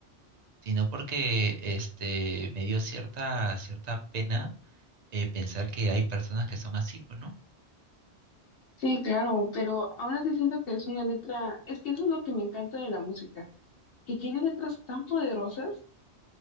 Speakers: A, on the right; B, on the left.
A: sino porque este me dio cierta, cierta pena eh, pensar que hay personas que son así, pues, ¿no?
B: sí, claro, pero aún así siento que es una letra, es que eso es lo que me encanta de la música, que tiene letras tan poderosas